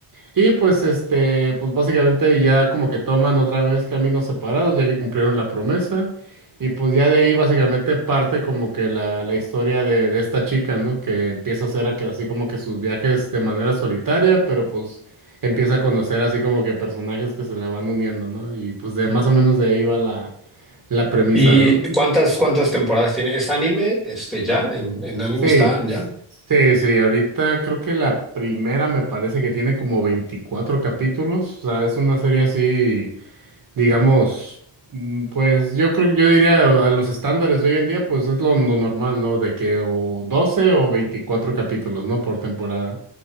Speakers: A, on the right; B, in the centre.
A: Y pues este, pues básicamente ya como que toman otra vez caminos separados, ya que cumplieron la promesa. Y pues ya de ahí básicamente parte como que la, la historia de, de esta chica, ¿no? Que empieza a hacer a que- así como que sus viajes de manera solitaria, pero pues empieza a conocer así como que personajes que se le van uniendo, ¿no? Y pues de más o menos de ahí va la, la premisa,
B: ¿Y
A: ¿no?
B: cuántas, cuántas temporadas tiene? ¿Es anime? Este, ya, en, en anime
A: Sí,
B: está, ya.
A: sí, sí, ahorita creo que la primera me parece que tiene como 24 capítulos, o sea, es una serie así, digamos, mm, pues yo creo que yo diría a los estándares de hoy en día, pues es lo, lo normal, ¿no? De que o 12 o 24 capítulos, ¿no? Por temporada.